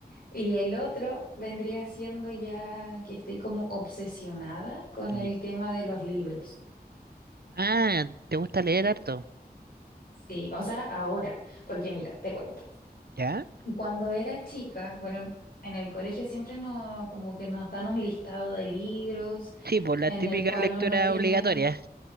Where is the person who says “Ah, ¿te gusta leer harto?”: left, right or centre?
Right